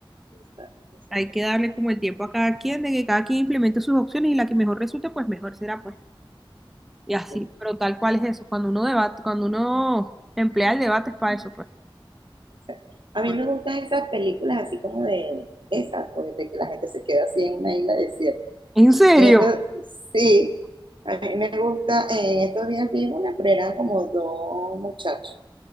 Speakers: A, on the right (about 65°); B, in the centre.
A: exacto, exacto,
B: Hay que darle como el tiempo a cada quien, de que cada quien implemente sus opciones y la que mejor resulte, pues mejor será, pues. Y así,
A: sí,
B: pero tal cual es eso. Cuando uno debate, cuando uno emplea el debate es para eso, pues.
A: exacto. A mí
B: Porque-
A: me gustan esas películas así como de esas, pues, de que la gente se queda así en una isla desierta
B: ¿En serio?
A: En estos, sí, a mí me gusta, en estos días vi una, pero eran como dos muchachos,